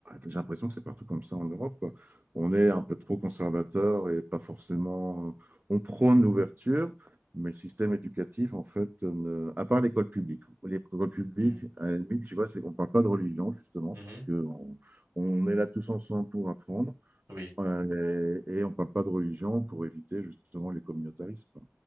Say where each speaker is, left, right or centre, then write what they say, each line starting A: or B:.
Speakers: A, on the right; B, on the right.
A: j'ai l'impression que c'est partout comme ça en Europe, quoi. On
B: Hmm.
A: est un peu trop conservateur et pas forcément. euh, On prône l'ouverture, mais le système éducatif, en fait, ne- à part l'école publique. L'école publique,
B: Hmm.
A: à la limite, tu vois, c'est qu'on ne parle pas de religion, justement,
B: Mhm.
A: parce que on on est là tous ensemble pour apprendre,
B: Oui.
A: euh, et, et on ne parle pas de religion pour éviter, justement, les communautarismes, quoi.